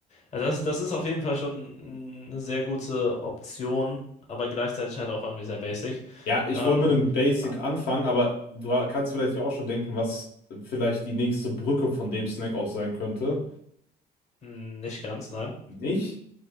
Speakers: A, on the left; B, on the left.
A: Also das, das ist auf jeden Fall schon eine sehr gute Option, aber gleichzeitig halt auch irgendwie sehr basic.
B: Ja, ich
A: Ähm,
B: wollte mit einem Basic
A: ah,
B: anfangen, aber du kannst vielleicht ja auch schon denken, was vielleicht die nächste Brücke von dem Snack aus sein könnte.
A: nicht ganz, nein.
B: Nicht?